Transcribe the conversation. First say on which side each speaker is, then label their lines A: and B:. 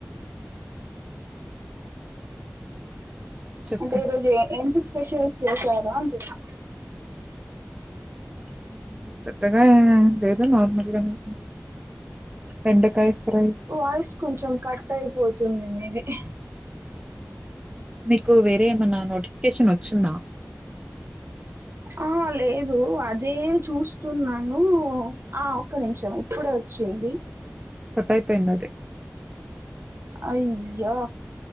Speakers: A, on the right; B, on the right.
A: చెప్పండి
B: అంటే ఈ రోజు ఎంటి స్పెషల్ స్పెషల్స్ చేశారా అంటున్నా
A: హ్మ్మ్ పెద్దగా లేదు నార్మల్గానే బెండకాయ ఫ్రై
B: వాయిస్ కొంచెం కట్ అయిపోతుంది మీది హి
A: మీకు వేరే ఏమన్నా నోటిఫికేషన్ వచ్చిందా
B: ఆహా లేదు అదే చూస్తున్నాను ఆ ఒక్క నిమిషం ఇప్పుడే వచ్చింది
A: కట్ అయిపొయింది అది
B: అయ్యా